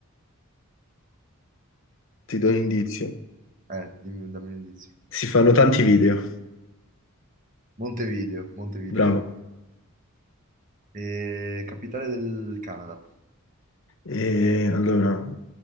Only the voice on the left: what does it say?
ti do un indizio.
Si fanno tanti video,
bravo.
E allora,